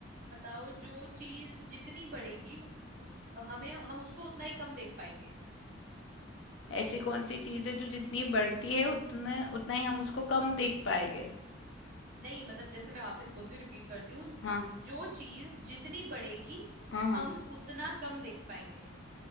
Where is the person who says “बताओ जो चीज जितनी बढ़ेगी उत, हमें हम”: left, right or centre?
Right